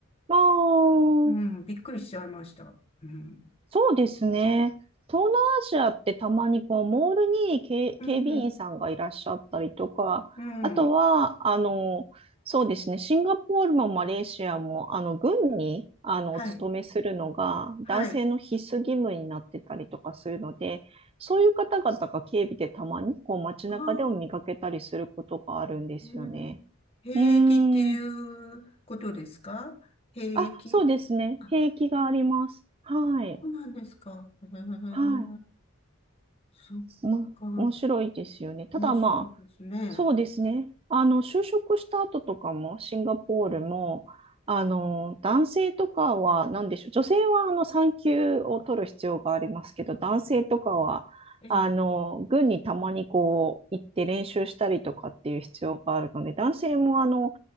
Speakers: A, on the right; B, on the left.
A: ああ。
B: うん、びっくりしちゃいました。うん。
A: そうですね。東南アジアってたまにこうモールに警、
B: うん、
A: 警備員さんがいらっしゃったりとか、
B: うん、
A: あとは、あの、そうですね、シンガポールもマレーシアも、あの、軍に、あの、
B: はい、
A: お勤めするのが男性の必須義務になってたりとかするので、
B: はい。
A: そういう方々が警備でたまにこう街中でも見かけたりすることがあるんですよね。
B: ああ、うん。兵役っていうことですか兵役。
A: うーん。あ、そうですね。
B: あ、
A: 兵役があります。
B: うん、
A: はい。
B: そうなんですか。<laughs> へえ、
A: はい。
B: そっ
A: も、
B: か。
A: 面白いですよね。ただまあ、
B: 面白いですね。
A: そうですね。あの、就職した後とかも、シンガポールも、あの、男性とかは、なんでしょう。女性は、あの、産休を取る必要がありますけど、男性とかは、
B: ええ
A: あの、軍にたまにこう、行って練習したりとかっていう必要があるので、男性も、あの、